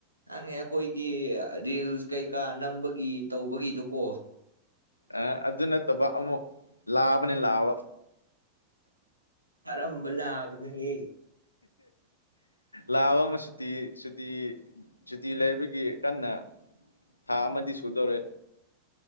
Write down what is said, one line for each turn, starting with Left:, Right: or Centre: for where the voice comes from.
Right: ꯍꯪꯉꯦ ꯑꯩꯈꯣꯏꯒꯤ ꯔꯤꯜꯁ ꯀꯩꯀꯥ ꯅꯝꯕꯒꯤ ꯇꯧꯕꯒꯤꯗꯨ ꯀꯣ
Left: ꯑ ꯑꯗꯨ ꯅꯠꯇꯕ ꯑꯃꯨꯛ ꯂꯥꯕꯅꯤ ꯂꯥꯕ
Right: ꯀꯔꯝꯕ ꯂꯥꯕꯗꯨꯒꯤ
Left: ꯂꯥꯕ ꯑꯃ ꯁꯨꯇꯤ ꯁꯨꯇꯤ ꯁꯨꯇꯤ ꯂꯩꯕꯒꯤ ꯀꯟꯅ ꯊꯥ ꯑꯃꯗꯤ ꯁꯨꯗꯧꯔꯦ